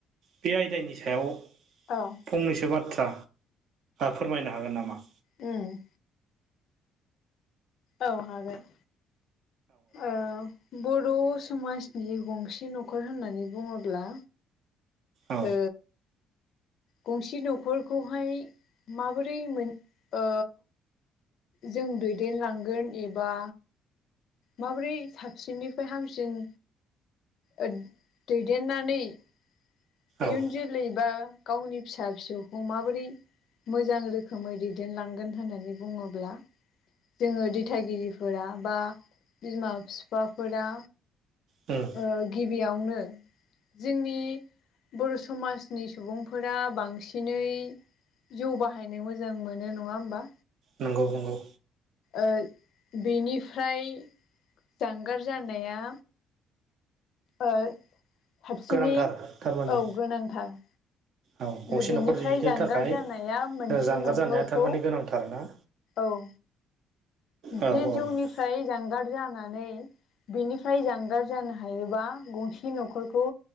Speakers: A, on the right; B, on the left.
A: बे आयदानि सायाव
B: औ
A: फंनैसो बाथ्रा फोरमायनो हागोन नामा
B: उम औ हागोन औ बर' समाजनि गंसे न'खर होननानै बुङोब्ला
A: औ
B: ओ गंसे न'खरखौहाय माबोरै मोन ओ जों दैदेनलांगोन एबा माबोरै साबसिननिफ्राय हामसिन ओ दैदेननानै इयुन
A: औ
B: जोलै बा गावनि फिसा फिसौखौ माबोरै मोजां रोखोमै दैदेनलांगोन होननानै बुङोब्ला जोङो दिथागिरिफोरा बा बिमा बिफाफोरा
A: उम
B: ओ गिबियावनो जोंनि बर' समाजनि सुबुंफोरा बांसिनै जौ बाहायनो मोजां मोनो नङा होमबा
A: नंगौ नंगौ
B: ओ बेनिफ्राय जानगार जानाया ओ साबसिनै
A: गोनांथार थारमाने
B: औ गोनांथार
A: औ गंसे
B: बेनिफ्राय
A: न'खर जिनो
B: जानगार
A: थाखाय
B: जानाया मोनसे
A: जानगार
B: न'खरखौ
A: जानाया थारमाने गोनांथार ना
B: औ
A: औ
B: बे
A: औ
B: जौनिफ्राय जानगार जानानै बेनिफ्राय जानगार जानो हायोबा गंसे न'खरखौ